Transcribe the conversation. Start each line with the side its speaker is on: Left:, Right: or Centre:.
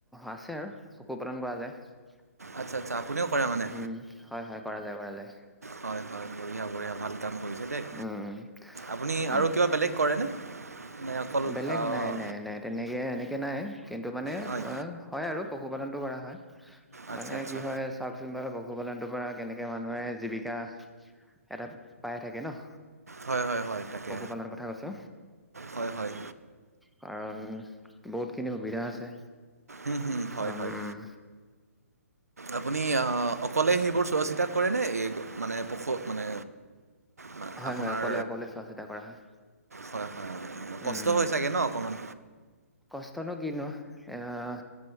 Centre: আছে আৰু পশুপালন কৰা যায়। উম,
Right: আচ্ছা আচ্ছা আপুনিও কৰে মানে
Centre: হয় হয় কৰা যায় কৰা যায়।
Right: হয় হয় বঢ়িয়া বঢ়িয়া ভাল কাম কৰিছে দেই,
Centre: উম উম
Right: আপুনি
Centre: উম,
Right: আৰু কিবা বেলেগ কৰেনে? নে অকল
Centre: বেলেগ
Right: আহ,
Centre: নাই নাই নাই তেনেকে এনেকে নাই কিন্তু মানে
Right: হয়
Centre: হয় আৰু। পশুপালনটো কৰা হয়,
Right: আচ্ছা
Centre: মানে
Right: আচ্ছা
Centre: কি হয় চাওকচোন বাৰু প পশুপালনটোৰ পৰা কেনেকে মানুহে জীৱিকা এটা পাই থাকে নহঁ
Right: হয় হয় হয় তাকে
Centre: পশুপালনৰ কথা কৈছো।
Right: হয় হয়
Centre: কাৰণ বহুতখিনি সুবিধা আছে।
Right: উম উম হয়
Centre: উম
Right: হয় আপুনি আঁহ অকলে আহিব চোৱা চিতাক কৰে নে এই মানে পশু মানে মা-
Centre: হয়
Right: আপোনাৰ
Centre: হয় অকলে অকলে চোৱা চিতা কৰা হয়।
Right: হয় হয় কষ্ট
Centre: উম
Right: হৈ চাগে নহঁ অকণমান।
Centre: কষ্টনো কিনো এহঁ